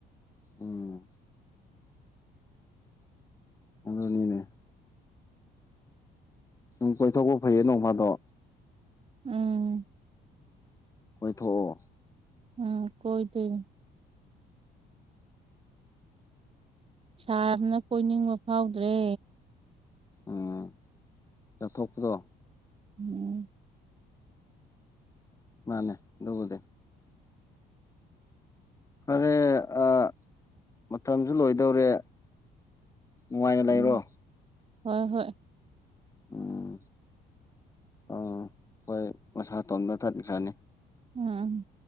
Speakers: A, on the left; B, on the right.
A: ꯎꯝ ꯑꯗꯨꯅꯤꯅꯦ ꯁꯨꯝ ꯀꯣꯏꯊꯣꯛꯄ ꯐꯩꯌꯦ ꯅꯣꯡ ꯃꯥꯗꯣ
B: ꯎꯝ
A: ꯀꯣꯏꯊꯣꯛꯑꯣ
B: ꯎꯝ ꯀꯣꯏꯗꯨꯅꯤ ꯁꯥꯔꯅꯤꯅ ꯀꯣꯏꯅꯤꯡꯕ ꯐꯥꯎꯗ꯭ꯔꯦ
A: ꯎꯝ ꯆꯥꯎꯊꯣꯛꯄꯗꯣ
B: ꯎꯝ
A: ꯃꯥꯅꯦ ꯑꯗꯨꯕꯨꯗꯤ ꯐꯔꯦ ꯑꯥ ꯃꯇꯝꯁꯨ ꯂꯣꯏꯗꯧꯔꯦ ꯅꯨꯡꯉꯥꯏꯅ ꯂꯩꯔꯣ
B: ꯎꯝ ꯍꯣꯏ ꯍꯣꯏ
A: ꯎꯝ ꯑꯥ ꯍꯣꯏ ꯃꯁꯥ ꯇꯣꯟꯕ ꯊꯠꯈꯅꯤ
B: ꯎꯝ